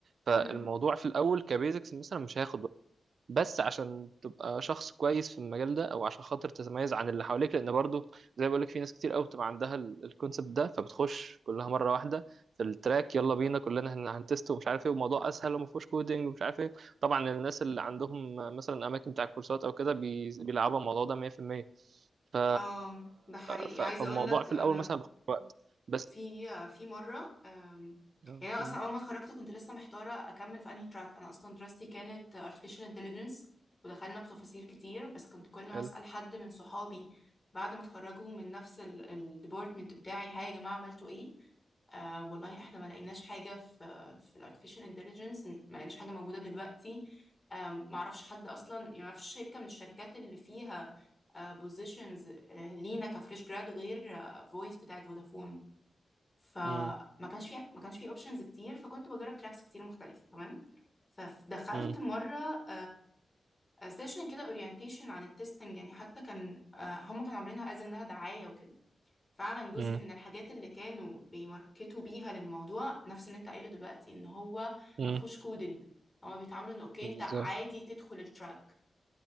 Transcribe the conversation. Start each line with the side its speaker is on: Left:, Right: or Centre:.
Right: فالموضوع
Left: امم
Right: في الاول كبيزكس مثلا مش هياخد بس عشان تبقى شخص كويس في المجال ده او عشان خاطر تتميز عن اللي حواليك لان برضو زي ما بقولك في ناس كتير قوي بتبقى عندها الكونسبت ده فبتخش كلها مره واحده في التراك يلا بينا كلنا هن- هنتست ومش عارف ايه والموضوع اسهل وما فيهوش كودنج ومش عارف ايه طبعا الناس اللي عندهم مثلا اماكن بتاع الكورسات او كده بي- بيلعبوا الموضوع ده 100% ف...
Left: اه ده حقيقي
Right: ف...
Left: عايزة
Right: فالموضوع
Left: اقول لك
Right: في
Left: انا
Right: الاول مثلا بياخد وقت بس
Left: في في مرة أم،
Right: آه،
Left: يعني أنا
Right: مم،
Left: أصلا أول ما اتخرجت كنت لسه محتارة أكمل في أنهي تراك أنا أصلا دراستي كانت artificial intelligence ودخلنا بتفاصيل كتير بس كنت كل ما
Right: حلو
Left: أسأل حد من صحابي بعد ما اتخرجوا من نفس الديبارتمنت بتاعي هاي يا جماعة عملتوا إيه آه والله احنا ما لقيناش حاجة في في الارتفيشال انتليجنس ما لقيناش حاجة موجودة دلوقتي آم، ما اعرفش حد اصلا يعني ما اعرفش شركة من الشركات اللي فيها بوزيشنز لينا كفريش جراد غير فويس بتاعت فودافون فما
Right: مم،
Left: كانش في ما كانش في اوبشنز كتير فكنت بجرب تراكس كتير مختلفه تمام فدخلت
Right: مم،
Left: مره سيشن كده اورينتيشن عن التستنج يعني حتى كان آه، هم كانوا عاملينها از انها دعايه وكده فعلا جزء
Right: مم،
Left: من الحاجات اللي كانوا بيماركتوا بيها للموضوع نفس اللي انت قايله دلوقتي ان هو
Right: مم،
Left: ما فيهوش كودنج هما بيتعاملوا ان اوكي
Right: بالظبط
Left: انت عادي تدخل التراك